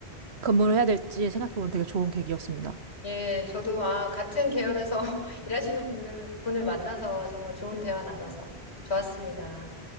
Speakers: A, on the right; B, on the left.
A: 근무를 해야 될지 생각해보는 되게 좋은 계기였습니다.
B: 예, 저도 아, 같은 계열에서 <laughs> 일하시는 분을, 분을 만나서 정말 좋은 대화 나눠서 좋았습니다.